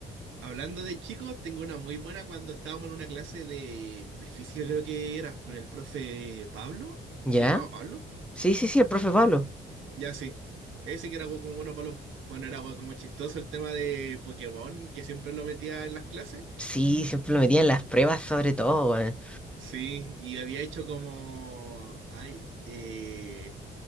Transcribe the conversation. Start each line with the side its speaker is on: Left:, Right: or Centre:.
Right: hablando de chicos, tengo una muy buena cuando estábamos en una clase de, de física, creo que era, con el profe Pablo.
Centre: ¿Ya?
Right: ¿Se llamaba Pablo?
Centre: Sí, sí, sí, el profe Pablo.
Right: Ya sí. Ese que era algo como bueno, Pablo. Bueno, era algo como chistoso el tema de Pokémon, que siempre lo metía en las clases.
Centre: Sí, siempre lo metían en las pruebas, sobre todo, weón.
Right: Sí, y había hecho como. Ay, eh,